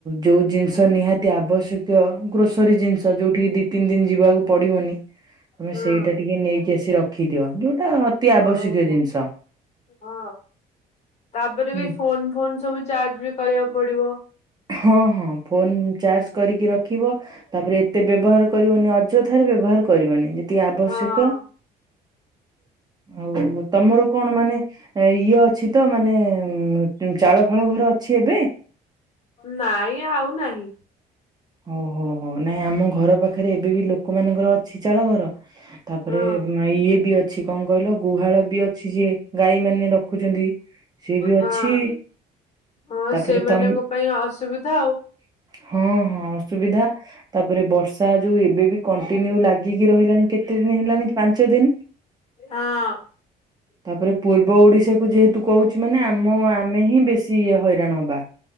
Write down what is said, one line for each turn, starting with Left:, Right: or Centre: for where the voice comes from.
Right: ଯଉ ଜିନିଷ ନିହାତି ଆବଶ୍ୟକୀୟ ଗ୍ରୋସରୀ ଜିନିଷ ଯେଉଁଠିକି ଦୁଇ ତିନି ଦିନ ଯିବାକୁ ପଡ଼ିବନି। ତମେ
Left: ହଁ
Right: ସେଇଟା ଟିକେ ନେଇକି ଆସି ରଖିଦିଅ ଯୋଉଟା ଅତି ଆବଶ୍ୟକୀୟ
Left: ହଉ ହଉ
Right: ଜିନିଷ।
Left: ହଁ ତାପରେ
Right: ହୁଁ।
Left: ବି ଫୋନ୍ ଫୋନ୍ ସବୁ ଚାର୍ଜ ବି କରିବାକୁ ପଡ଼ିବ।
Right: ହଁ ହଁ ଫୋନ୍ ଚାର୍ଜ କରିକି ରଖିବ ତାପରେ ଏତେ ବ୍ୟବହାର କରିବନି ଅଯଥାରେ ବ୍ୟବହାର କରିବନି ଯେତିକି ଆବଶ୍ୟକ
Left: ହଁ।
Right: ଆଉ ତମର କଣ ମାନେ ଏ ଇଏ ଅଛି ତ ମାନେ ଚାଳ ଫାଳ ଘରେ ଅଛି ଏବେ?
Left: ନାଇଁ ଆଉ ନାହିଁ।
Right: ଓ ହୋ ହୋ ନାଇଁ ଆମ ଘର ପାଖରେ ଏବେ ବି ଲୋକମାନଙ୍କର ଅଛି ଚାଳ ଘର। ତାପରେ
Left: ହଁ
Right: ଉଁ ଇଏ ବି ଅଛି କଣ କହିଲ ଗୁହାଳ ବି ଅ ଛି ଯେ ଗାଈ ମାନେ ରଖୁଛନ୍ତି। ସିଏ ବି
Left: ହଁ
Right: ଅଛି
Left: ହଁ
Right: ତାପରେ
Left: ସେମାନଙ୍କ
Right: ତମ
Left: ପାଇଁ ଅସୁବିଧା ଆଉ।
Right: ହଁ ହଁ ଅସୁବିଧା ତାପରେ ବର୍ଷା ଯୋଉ ଏବେ ବି କଣ୍ଟିନ୍ୟୁ ଲା ଗିକି ରହିଲାଣି କେତେ ଦିନି ହେଲାଣି ପାଞ୍ଚ ଦିନି।
Left: ହଁ।
Right: ତାପରେ ପୂର୍ବ ଓଡିଶାକୁ ଯେହେତୁ କହୁଛି ମାନେ ଆମ ଆମେ ହିଁ ବେଶୀ ଇଏ ହଇରାଣ ହବା।